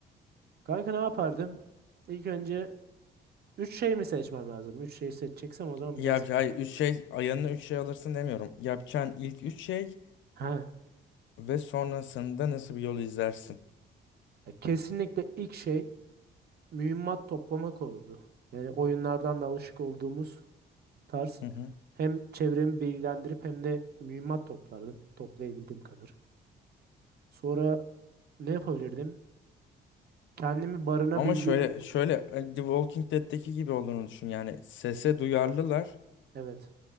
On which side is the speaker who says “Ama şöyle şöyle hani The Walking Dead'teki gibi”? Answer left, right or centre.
Left